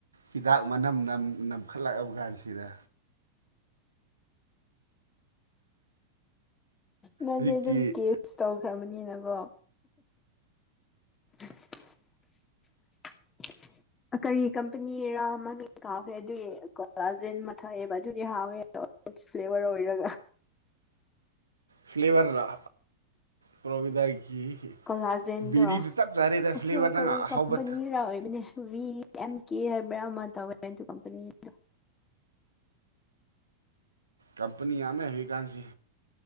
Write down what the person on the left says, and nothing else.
ꯅꯪꯗꯤ
ꯑꯗꯨꯝ ꯇꯦꯁ ꯇꯧꯈ꯭ꯔꯕꯅꯤꯅꯀꯣ <unintelligible> ꯀꯔꯤ ꯀꯝꯄꯅꯤꯔ ꯃꯃꯤꯡ ꯀꯥꯎꯈ꯭ꯔꯦ ꯑꯗꯨꯒꯤ ꯀꯣꯥꯂꯥꯖꯦꯟ ꯑꯃ ꯊꯛꯑꯦꯕ ꯑꯗꯨꯗꯤ ꯍꯥꯎꯋꯦ ꯐ꯭ꯔꯨꯠꯁ ꯐ꯭ꯂꯦꯕꯔ ꯑꯣꯏꯔꯒ
ꯀꯣꯂꯥꯖꯦꯟꯗꯣ
<unintelligible>
ꯀꯔꯤ
ꯀꯝꯄꯅꯤꯔ ꯑꯣꯏꯕꯅꯦ ꯚꯤ ꯑꯦꯝ ꯀꯦ ꯍꯥꯏꯕ꯭ꯔꯥ ꯑꯃ ꯇꯧꯋꯦ ꯑꯗꯨ ꯀꯝꯄꯅꯤꯗꯣ